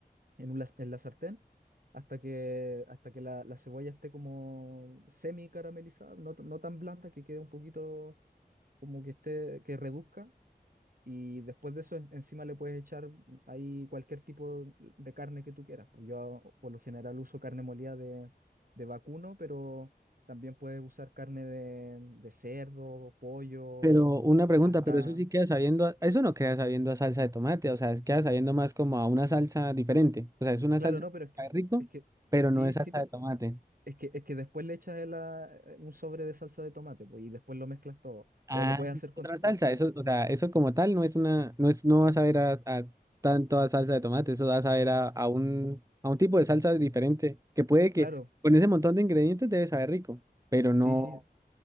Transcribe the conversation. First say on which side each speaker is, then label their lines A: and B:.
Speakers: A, on the right; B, on the right.
A: en un las- en la sartén hasta que, hasta que la, la cebolla esté como semi caramelizada, no, t- no tan blanda que quede un poquito como que esté, que reduzca y después de eso, en- encima le puedes echar ahí cualquier tipo de carne que tú quieras. Pues yo por lo general uso carne molida de, de vacuno, pero también puedes usar carne de, de cerdo, pollo,
B: Pero una pregunta,
A: hasta...
B: pero eso sí queda sabiendo, a- eso no queda sabiendo a salsa de tomate, o sea, es- queda sabiendo más como a una salsa diferente. O sea, es una
A: Claro,
B: salsa
A: no,
B: que
A: pero es que,
B: sabe rico,
A: es que
B: pero
A: sí,
B: no es salsa
A: sí, pero
B: de tomate.
A: es que, es que después le echas el, ah, eh, un sobre de salsa de tomate pues, y después lo mezclas todo. O
B: Ah,
A: lo puedes hacer
B: es
A: con...
B: otra salsa,
A: o- o
B: eso,
A: pu-
B: o sea, eso como tal no es una, no es, no vas a ver a, a tanto a salsa de tomate, eso vas a ver a, a un, a un tipo de salsa diferente, que puede que
A: claro,
B: con ese montón de ingredientes debe saber rico, pero no,
A: sí, sí,